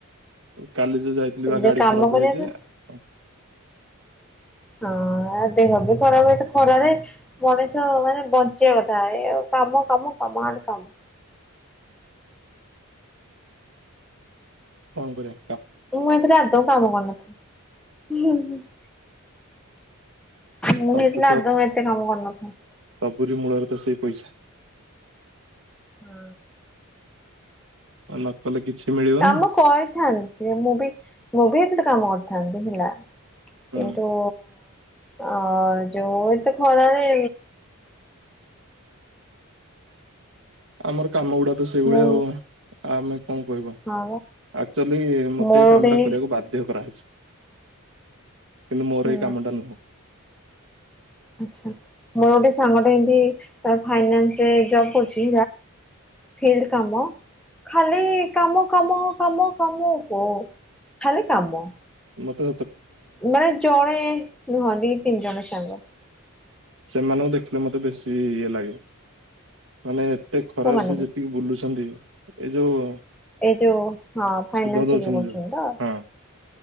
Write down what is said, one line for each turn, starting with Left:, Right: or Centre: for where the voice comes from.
Right: କାଲି ଯୋଉ ଯାଇଥିଲି ବା
Centre: ଯେ
Right: ଗାଡି
Centre: କାମ
Right: ଖରାପ
Centre: କରିବା
Right: ହେଇଯାଇଛି।
Centre: ପାଇଁ ହଁ ଦେଖବ ଖରା ହୁଏ ତ ଖରାରେ ମଣିଷ ମାନେ ବଞ୍ଚିବା କଥା ଏ କାମ କାମ କାମ ଆ କାମ।
Right: କଣ କରିଆ।
Centre: ମୁଁ ଏଥିରେ ଆଦ କାମ କରନଥାନ୍ତି। ମୁଁ
Right: ସବୁ
Centre: ନେଇଥିଲା ଆଦ ଏତେ କାମ କରନଥାନ୍ତି।
Right: ପୁରୀ ମୂଳରେ ତ ସେଇ ପଇସା।
Centre: ହଁ।
Right: ନକଲ କିଛି ମିଳିବନି
Centre: କାମ କରିଥାନ୍ତି ମୁଁ ବି ମୁଁ ବି ଏତବେଳେ କାମ କରିଥାନ୍ତି। ଥାଦେ ହେଲା
Right: ହୁଁ
Centre: କିନ୍ତୁ ଅ ଯୋ ଏ ଏତେ ଖରାରେ
Right: ଆମର କାମ ଗୁଡା ତ ସେଇଭଳିଆ
Centre: ମୁଁ
Right: ଆଉ। ଆମେ କଣ କହିବ
Centre: ହଁ ବା
Right: ଆକ୍ଚୁଆଲି ମତେ
Centre: ମୋର
Right: ଏଇ
Centre: ଗୋଟେ
Right: କାମ ଟା କରିବାକୁ ବାଧ୍ୟ କରାହୋଇଛି। କିନ୍ତ ମୋର
Centre: ହୁଁ
Right: କାମଟା ନୁହଁ।
Centre: ଆଛା ମୋର ଗୋଟେ ସାଙ୍ଗଟ ଏମତି ଫାଇନାନ୍ସରେ ଜବ କରୁଛି ଫ କାମ ଖାଲି କାମ କାମ କାମ କାମ ଓ ହୋ। ଖାଲି କାମ
Right: ମୋତେ
Centre: ମାନେ ଜଣେ ନୁହଁନ୍ତି ଦି ତିନି ଜଣ ସାଙ୍ଗ
Right: ସେମାନଙ୍କୁ ଦେଖିଲେ ମତେ ବେଶୀ ଇଏ ଲାଗେ ମାନେ ଏତେ ଖରାରେ
Centre: ପୁଅମାନଙ୍କୁ
Right: ସେ ଯେତିକି ବୁଲୁଛନ୍ତି ଏଇ ଯୋଉ
Centre: ଏଇ ଯୋଉ ହଁ ଫାଇନ୍ସ
Right: ସୁଧ ଦଉଛନ୍ତି
Centre: ଯଉ ରହୁଛନ୍ତି
Right: ଯୋଉ ହଁ